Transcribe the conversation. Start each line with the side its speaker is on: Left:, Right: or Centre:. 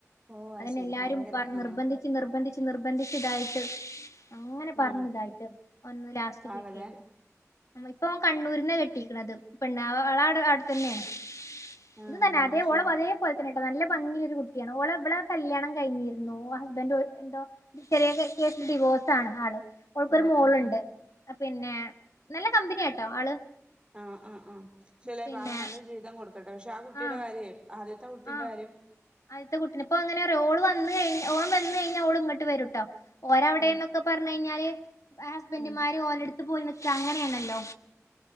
Right: ഓ അത്
Left: അതെ
Right: ശരി
Left: എല്ലാരും
Right: ഭയങ്കര
Left: പറ നിർബന്ധിച്ച്
Right: ആഹ്
Left: നിർബന്ധിച്ച് നിർബന്ധിച്ചച്ച് ഇതായിട്ട്. അങ്ങനെ പറഞ്ഞതായിട്ട്
Right: ഉം
Left: ഒന്ന് ലാസ്റ്റ്
Right: പാവല്ലേ
Left: കിട്ടിയത്. ഇപ്പൊ കണ്ണൂരിന്ന് കെട്ടിയിരിക്കണത് പിന്നെ ആള അവിടെ തന്നെയാണ്.
Right: ആഹ്
Left: ഇത് തന്നെ അതേ
Right: അത്
Left: ഒളാ
Right: ശരി
Left: അതേ ല തന്നെ കേട്ടോ നല്ല ഭംഗിയയിലൊരു കുട്ടിയാണ്. ഓളെവളടെ കല്യാണം കഴിഞ്ഞിരുന്നു ഹസ്ബൻറ് എന്തോ ചെറിയ കേസിൽ ഡിവോഴ്സ് ആണ്. ആള് ആള്ക്
Right: ആഹ്
Left: ഒര് മോളുണ്ട്.
Right: ആഹ് ആഹ്
Left: പിന്നെ നല്ല കമ്പനിയ ആട്ടോ ആള്.
Right: ആഹ ആഹ ആഹ ചില
Left: പിന്നെ
Right: പാവം നല്ലരു ജീവിതം കൊടുക്കട്ടെ പക്ഷെ ആ കുട്ടിയുടെ
Left: ആഹ്
Right: കാര്യം. ആദ്യത്തെ കുട്ടീന്റെ
Left: ആഹ്
Right: കാര്യം.
Left: ആദ്യത്തെ കുട്ടിനെപ്പോ അങ്ങനെ റ ഓന് വന്ന് കഴിഞ്ഞ ഓള് വന്ന് കഴിഞ്ഞാൽഓള് ഇങ്ങട്ട് വര് ട്ടോ. ഓര് വിടെന്നൊക്കെ
Right: ആഹ്
Left: പറു കഴിഞ്ഞാല് ഹസ്ബൻറുമാര്
Right: ഉം
Left: ഓലെടുത്തത്ത് പോയി. നിക്ക അങ്ങനെയാണല്ലോ